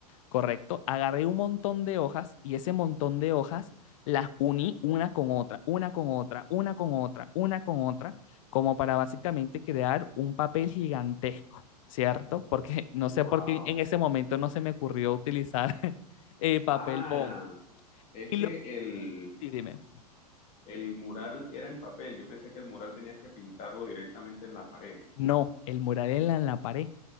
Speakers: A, on the left; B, on the left.
A: ¿correcto? Agarré un montón de hojas y ese montón de hojas las uní una con otra, una con otra, una con otra, una con otra, como para básicamente crear un papel gigantesco, ¿cierto? Porque no sé
B: Wow.
A: por qué en ese momento no se me ocurrió utilizar <laughs> eh, papel
B: Ah,
A: bond.
B: es
A: Y
B: que
A: lo que...
B: el,
A: Sí, dime.
B: el mural era en papel. Yo pensé que el mural tenías que pintarlo directamente en la pared.
A: No, el mural era en la pared.